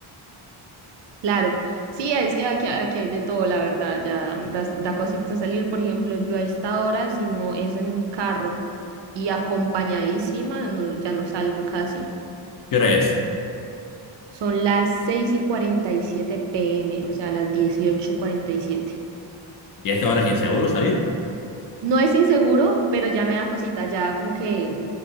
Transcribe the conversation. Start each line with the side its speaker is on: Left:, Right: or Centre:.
Right: Claro, sí, es que aquí, aquí hay de todo, la verdad, ya da, da cosita salir, por ejemplo, yo a esta hora, si no es en un carro y acompañadísima, no- ya no salgo casi.
Left: ¿Qué hora es?
Right: Son las seis y 47 pm, o sea, las dieciocho cuarenta y siete.
Left: ¿Y a esta hora es inseguro salir?
Right: No es inseguro, pero ya me da cosita, ya como que,